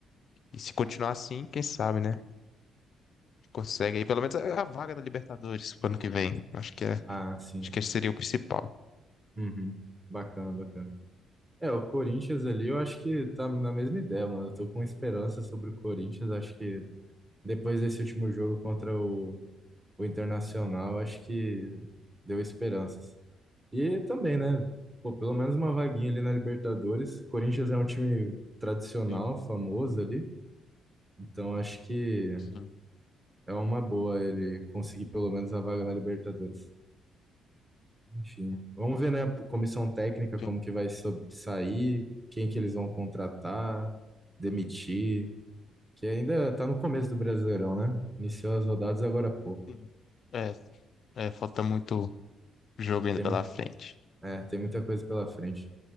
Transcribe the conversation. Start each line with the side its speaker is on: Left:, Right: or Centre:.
Left: E se continuar assim, quem sabe, né? Consegue aí pelo menos a a vaga da Libertadores pro ano que vem. Acho que é,
Right: Ah, sim.
Left: acho que esse seria o principal.
Right: Uhum. Bacana, bacana. É, o Corinthians ali, eu acho que tá na mesma ideia, mano. Eu tô com esperança sobre o Corinthians. Acho que depois desse último jogo contra o, o Internacional, acho que deu esperanças. E também, né? Pô, pelo menos uma vaguinha ali na Libertadores. Corinthians é um time tradicional,
Left: Sim,
Right: famoso ali. Então acho que
Left: sim,
Right: é uma boa ele conseguir pelo menos a vaga na Libertadores. Enfim, vamos ver, né, a comissão técnica, como
Left: sim.
Right: que vai so- sair, quem que eles vão contratar, demitir, que ainda tá no começo do Brasileirão, né? Iniciou as rodadas agora há pouco.
Left: Sim. É, é, falta muito jogo ainda
Right: Tem,
Left: pela frente.
Right: é, tem muita coisa pela frente.